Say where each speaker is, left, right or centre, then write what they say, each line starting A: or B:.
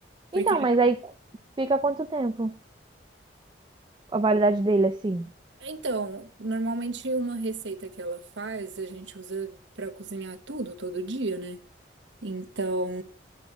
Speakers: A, on the right; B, on the right.
A: Porque
B: Então, mas aí fica quanto tempo a validade dele, assim?
A: Então, normalmente uma receita que ela faz, a gente usa para cozinhar tudo, todo dia, né? Então,